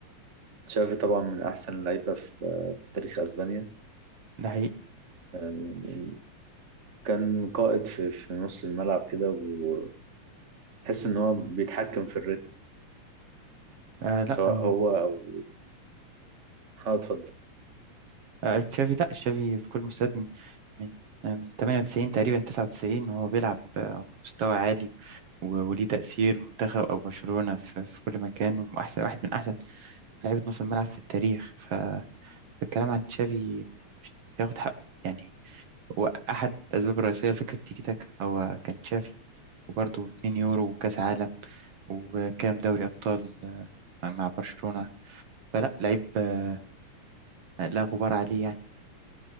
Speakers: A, on the right; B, on the right.
A: تشافي طبعا من احسن اللعيبه في في تاريخ اسبانيا
B: ده حقيقي
A: يعني كان قائد في في نص الملعب كده وتحس ان هو بيتحكم في الريتم
B: آه لا
A: سواء
B: او
A: هو او اه اتفضل
B: آه تشافي لا تشافي في كل المستويات من من آه من 98 تقريبا 99 وهو بيلعب آه مستوى عالي و- وليه تأثير منتخب أو برشلونة في, في كل مكان وأحسن واحد من أحسن لعيبة نص الملعب في التاريخ فالكلام عن تشافي ياخد حقه يعني هو أحد الأسباب الرئيسية لفكرة تيكي تاكا هو كان تشافي وبرضه 2 يورو وكأس عالم وكام دوري أبطال آه، مع برشلونة فلا لعيب آه، لا غبار عليه يعني